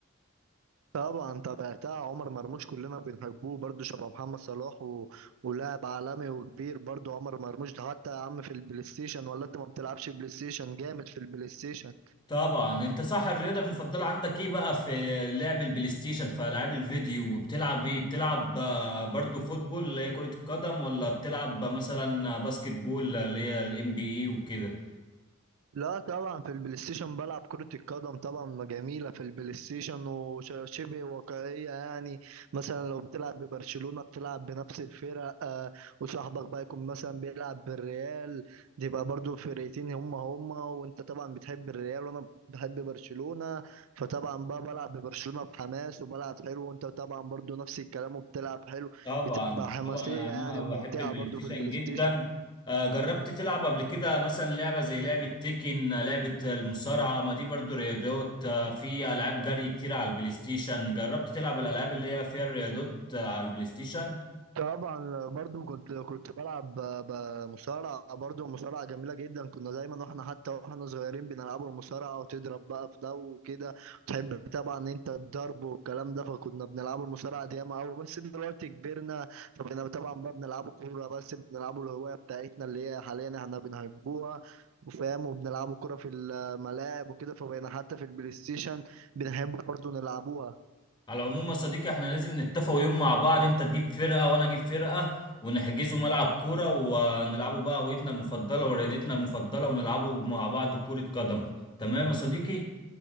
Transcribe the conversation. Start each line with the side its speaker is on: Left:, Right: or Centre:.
Right: طبعا تابعتها عمر مرموش كلنا بنحبوه برضو شبه محمد صلاح و... ولاعب عالمي وكبير برضو عمر مرموش ده حتى يا عم في البلاي ستيشن ولا انت ما بتلعبش بلاي ستيشن جامد في البلاي ستيشن
Left: طبعا انت صح الرياضه المفضله عندك ايه بقى في لعب البلاي ستيشن في العاب الفيديو وبتلعب ايه بتلعب آه، برضو فوتبول اللي هي كره القدم ولا بتلعب مثلا باسكت بول اللي هي الام بي اي وكده
Right: لا طبعا في البلاي ستيشن بلعب كرة القدم طبعا جميلة في البلاي ستيشن وشبه واقعية يعني مثلا لو بتلعب ببرشلونة بتلعب بنفس الفرق آه، وصاحبك بقى يكون مثلا بيلعب بالريال تبقى برضو فرقتين هما هما وانت طبعا بتحب الريال وانا بحب برشلونة فطبعا بقى بلعب ببرشلونة بحماس وبلعب حلو وانت طبعا برضو نفس الكلام وبتلعب حلو
Left: طبعا
Right: بتبقى حماسية
Left: طبعا يعني
Right: يعني
Left: انا
Right: وممتعة
Left: بحب البلاي
Right: برضو
Left: ستيشن
Right: في البلاي
Left: جدا
Right: ستيشن
Left: آه، جربت تلعب قبل كده مثلا لعبه زي لعبه تيكن آه، لعبه المصارعه ما دي برضو رياضات آه، في العاب جري كتير على البلاي ستيشن جربت تلعب الالعاب اللي هي فيها الرياضات آه، على البلاي ستيشن
Right: طبعا برضو كنت كنت بلعب ب- بمصارعة برضو مصارعة جميلة جدا كنا دايما واحنا حتى واحنا صغيرين بنلعبوا المصارعة وتضرب بقى في ده وكده تحب طبعا انت الضرب والكلام ده فكنا بنلعبوا المصارعة دي ياما قوي بس دلوقتي كبرنا فبقينا طبعا بقى بنلعبوا كورة بس بنلعبوا الهواية بتاعتنا اللي هي حاليا احنا بنحبوها وفاهم وبنلعبوا كورة في الملاعب وكده فبقينا حتى في البلاي ستيشن بنحب برضو نلعبوها
Left: على العموم يا صديقي احنا لازم نتفق يوم مع بعض انت تجيب فرقه وانا اجيب فرقه ونحجزوا ملعب كوره ونلعبوا بقى هويتنا المفضله ورياضتنا المفضله ونلعبوا مع بعض كره قدم تمام يا صديقي